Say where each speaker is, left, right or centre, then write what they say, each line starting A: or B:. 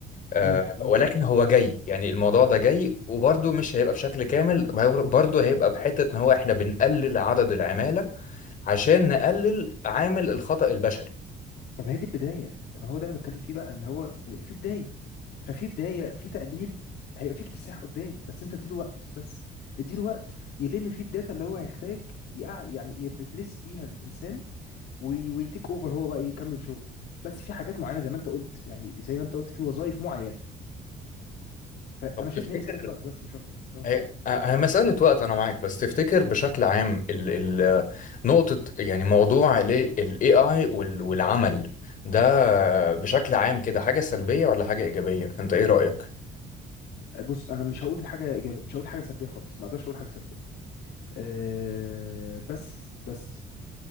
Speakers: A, on the left; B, on the left.
A: آه،
B: امم امم
A: ولكن هو جاي يعني الموضوع ده جاي وبرضه مش هيبقى بشكل كامل برضه هيبقى بحتة إن هو إحنا بنقلل عدد العمالة عشان نقلل عامل الخطأ البشري
B: طب هي دي البداية ما هو ده انا بتكلم فيه بقى ان هو في بداية ففي بداية في تقليل هيبقى في اكتساح قدام بس انت اديله وقت بس اديله وقت يلم فيه الداتا اللي هو هيحتاج يقع يعني يريبليس بيها الانسان وي- ويتيك اوفر هو بقى يكمل شغل بس في حاجات معينة زي ما انت قلت يعني زي ما انت قلت في وظائف معينة فانا
A: طب
B: شايف
A: تفتكر
B: ان هي مسألة وقت بس مش اكتر آه.
A: هي هي مسألة وقت أنا معاك بس تفتكر بشكل عام ال ال نقطة يعني موضوع ال ال AI وال- والعمل ده بشكل عام كده حاجة سلبية ولا حاجة إيجابية؟ أنت إيه رأيك؟
B: بص انا مش هقول حاجه إيجابية مش هقول حاجه سلبيه خالص ما اقدرش اقول حاجه سلبيه أه بس بس